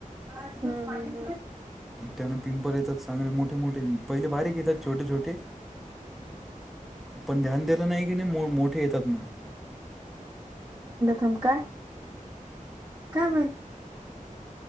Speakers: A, on the right; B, in the centre.
A: हाहा
B: त्यान पिंपल येतात चांगले मोठे मोठे पहिले बारीक येतात छोटे छोटे पण ध्यान दिलं नाही की नाही मोठे येतात मग
A: थमकाय काय माहि